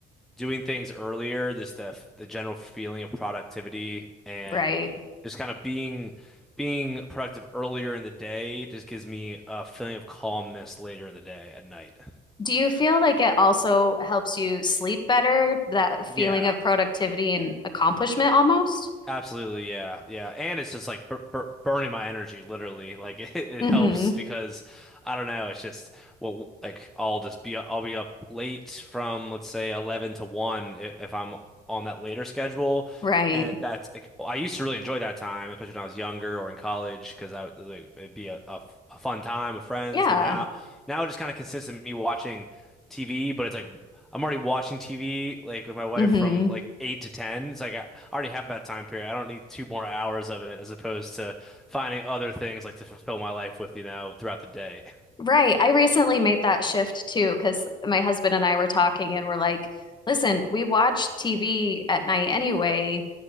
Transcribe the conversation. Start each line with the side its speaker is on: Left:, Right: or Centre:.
Centre: doing things earlier, just the the general feeling of productivity and
Left: Right.
Centre: just kind of being being productive earlier in the day just gives me a feeling of calmness later in the day at night.
Left: Do you feel like it also helps you sleep better, that feeling
Centre: Yeah,
Left: of productivity and accomplishment almost?
Centre: absolutely. Yeah, yeah, and it's just like bur bur burning my energy literally. Like <laughs> it, it
Left: hmm
Centre: helps because I don't know. It's just well, like I'll just be I'll be up late from let's say 11 to 1 i- if I'm on that later schedule.
Left: Right.
Centre: And that's like I used to really enjoy that time, especially when I was younger or in college, because I would- like, it'd be a, a f- a fun time with friends.
Left: Yeah.
Centre: But now, now it just kind of consists of me watching TV, but it's like I'm already watching TV like with my wife
Left: hmm
Centre: from like eight to ten. It's like I already have that time period. I don't need two more hours of it as opposed to finding other things like to fulfill my life with, you know, throughout the day. <laughs>
Left: Right. I recently made that shift too, because my husband and I were talking and we're like, listen, we watch TV at night anyway,